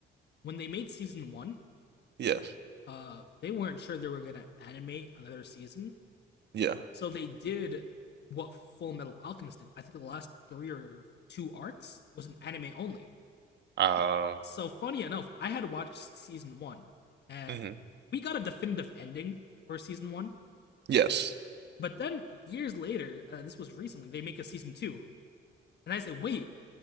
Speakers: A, on the left; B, on the right.
A: when they made season one,
B: Yes,
A: uh, they weren't sure they were gonna animate another season,
B: yeah.
A: so they did what Full Metal Alchemist did. I think the last three or two arcs was an anime only.
B: Uh,
A: So funny enough, I had watched season one, and
B: mhm.
A: we got a definitive ending for season one,
B: Yes,
A: But then years later, uh, this was recently, they make a season two, and I say, wait,